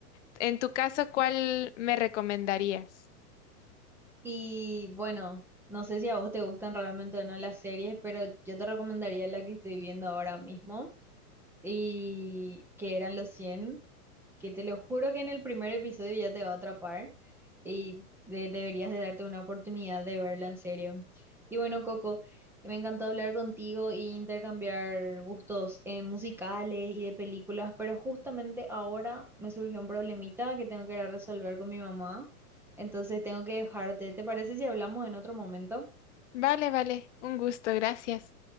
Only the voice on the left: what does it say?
En tu caso, ¿cuál me recomendarías?
Vale, vale, un gusto, gracias.